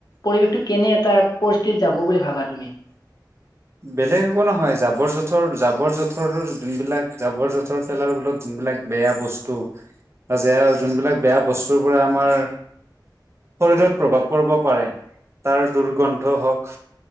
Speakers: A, on the left; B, on the right.
A: পৰিৱেশটো কেনে এটা পৰিস্থিতিত যাব বুলি ভাবা তুমি।
B: বেলেগ একো নহয় জাবৰ জোঁথৰ জাবৰ জোঁথৰ যোনবিলাক জাবৰ জোঁথৰ ফেলাৰ ফলত যোনবিলাক বেয়া বস্তু বােয়া যোনবিলাক বেয়া বস্তুৰ পৰা আমাৰ শৰীৰত প্ৰভাৱ পৰিব পাৰে তাৰ দুৰ্গন্ধ হওক